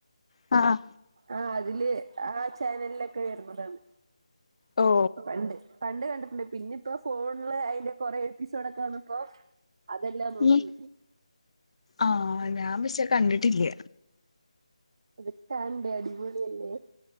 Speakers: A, on the left (about 55°); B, on the right (about 45°).
A: അ ആ
B: ആ അതില് ആ ചാനലിലൊക്കെ വരുന്നതാണ്
A: ഓ
B: പണ്ട് പണ്ട് കണ്ടിട്ടുണ്ട് പിന്നെ ഇപ്പോ ഫോണില് അതിന്റെ കൊറെ എപ്പിസോഡോക്കെ വന്നപ്പോ അതെല്ലാം നോക്കി
A: ഉം ആഹ് ഞാൻ പക്ഷേ കണ്ടിട്ടില്ല
B: അതൊക്കെകാണണ്ടേ അടിപൊളിയല്ലെ